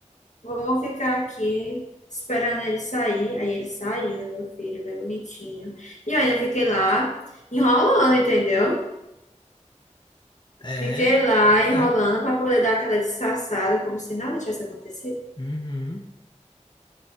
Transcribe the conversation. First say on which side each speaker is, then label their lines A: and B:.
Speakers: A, on the left; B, on the left.
A: vou ficar aqui esperando ele sair. Aí ele saiu, meu filho, bem bonitinho. E eu ainda fiquei lá enrolando, entendeu?
B: É,
A: Fiquei lá
B: pois
A: enrolando
B: é.
A: para poder dar aquela disfarçada, como se nada tivesse acontecido.
B: Uhum.